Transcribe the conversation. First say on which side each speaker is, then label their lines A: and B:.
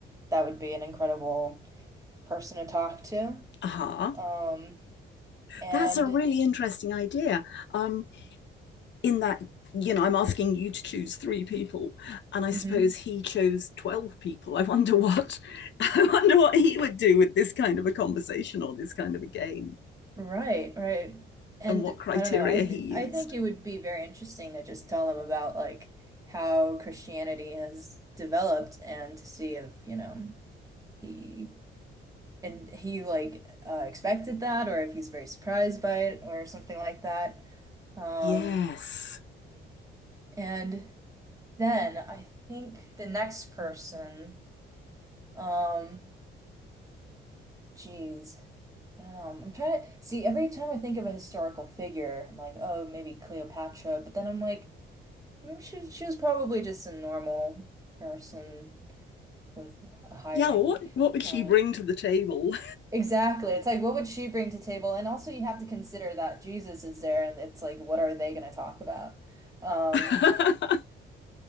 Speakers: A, on the right; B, on the left.
A: that would be an incredible person to talk to.
B: Uh huh.
A: Um and
B: That's a really interesting idea. Um, in that you know, I'm asking you to choose three people, and I
A: mhm.
B: suppose he chose twelve people. I wonder what <laughs> I wonder what he would do with this kind of a conversation or this kind of a game,
A: Right, right. And
B: and what criteria
A: I don't know, I th
B: he used.
A: I think it would be very interesting to just tell them about like how Christianity has developed and to see if, you know, he and he like uh, expected that or if he's very surprised by it or something like that. Um,
B: Yes.
A: and then I think the next person, um, geez. I don't know. I'm trying to see every time I think of a historical figure, I'm like, oh, maybe Cleopatra, but then I'm like, I mean, she she was probably just a normal person with a high
B: yeah,
A: ranking
B: what what would
A: power.
B: she bring to the table?
A: Exactly. It's like, what would she bring to table? And also, you have to consider that Jesus is there, and it's like, what are they going to talk about? Um,
B: <laughs> that